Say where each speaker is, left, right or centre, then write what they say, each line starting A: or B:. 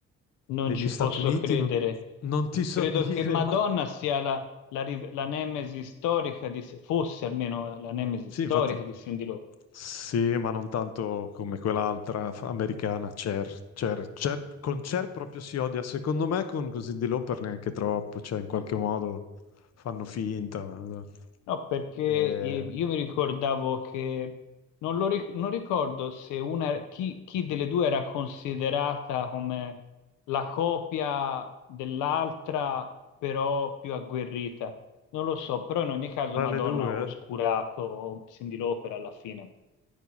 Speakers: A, on the left; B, on the left.
A: Non
B: negli
A: ci
B: Stati
A: posso
B: Uniti,
A: credere.
B: non, non ti so
A: Credo
B: <laughs> dire,
A: che Madonna
B: ma...
A: sia la, la, riv- la nemesi storica di, fosse almeno la nemesi
B: Sì,
A: storica
B: infatti.
A: di Cyndi Lauper.
B: Sì, ma non tanto come quell'altra f- americana, Cher. Cher, Cher- Con Cher proprio si odia. Secondo me con così di Lauper neanche troppo, cioè in qualche modo fanno finta. ma- no.
A: No, perché
B: Eh,
A: eh, io mi ricordavo che non, lo ric- non ricordo se una, chi, chi delle due era considerata come la copia dell'altra, però più agguerrita. Non lo so, però in ogni caso
B: tra
A: Madonna
B: le due?
A: ha oscurato
B: eh?
A: Cyndi Lauper alla fine.